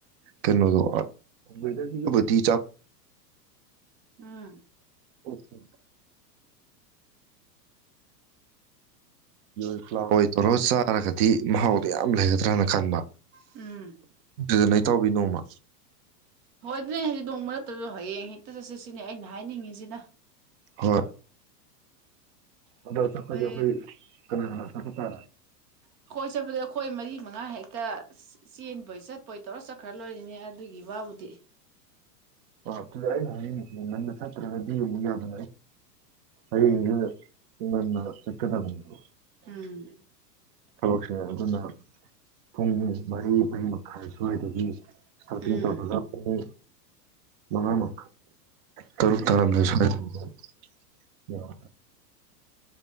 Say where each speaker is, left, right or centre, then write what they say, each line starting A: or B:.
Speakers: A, on the right; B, on the right.
A: ꯀꯩꯅꯣꯗꯣꯕꯨꯗꯤ
B: ꯎꯝ
A: ꯑꯣ ꯆ ꯂ ꯂꯥꯛꯑꯣꯏ ꯇꯧꯔꯣ ꯆꯥꯔꯒꯗꯤ ꯃꯍꯥꯎꯗꯣ ꯌꯥꯝ ꯂꯩꯒꯗ꯭ꯔꯥꯅ ꯈꯟꯕ
B: ꯎꯝ
A: ꯑꯗꯨꯗ ꯅ ꯇꯥꯎꯤ ꯅꯣꯡꯃ
B: ꯍꯣꯏ ꯑꯗꯨꯅꯦ ꯍꯧꯖꯤꯗꯤ ꯅꯣꯡ ꯃꯔꯛꯇꯁꯨ ꯍꯌꯦꯡ ꯍꯦꯛꯇ ꯆꯠꯁꯤ ꯁꯤꯅꯦ ꯑꯩꯅ ꯍꯥꯏꯅꯤꯡꯉꯤꯁꯤꯅ
A: ꯍꯣꯏ ꯑꯣꯟꯗ ꯆꯄꯒꯤ
B: ꯍꯌꯦꯡ
A: ꯍꯣꯏ ꯀ ꯑꯗꯨ ꯇ
B: ꯑꯩꯈꯣꯏ ꯆꯠꯄꯗꯤ ꯑꯩꯈꯣꯏ ꯃꯔꯤ ꯃꯉꯥ ꯍꯦꯛꯇ ꯆꯦꯟꯕꯣꯏ ꯆꯠꯄꯣꯏ ꯇꯧꯔ ꯆꯠꯈ꯭ꯔ ꯂꯣꯏꯔꯤꯅꯦ ꯑꯗꯨꯒꯤ ꯋꯥꯕꯨꯗꯤ
A: ꯑꯗꯨꯗ ꯑꯩꯅ ꯍꯥꯏꯅꯤꯡꯉꯁꯤꯦ ꯉꯟꯅ ꯆꯠꯇ꯭ꯔꯒꯗꯤ ꯑꯃꯨꯛ ꯌꯥꯗ
B: ꯎꯝ
A: ꯑꯩ ꯕꯅ ꯆꯠꯀꯗꯕꯅꯤꯣ
B: ꯎꯝ
A: ꯊꯕꯛꯁꯦ ꯑꯗꯨꯅ ꯄꯨꯡ ꯃꯔꯤ ꯃꯔꯤ ꯃꯈꯥꯏ ꯁ꯭ꯋꯥꯏꯗꯒꯤ ꯁ
B: ꯎꯝ
A: ꯇ ꯍꯖꯦ ꯃꯉ ꯇꯔꯨꯛ ꯇꯔꯝꯗꯁ ꯑꯣ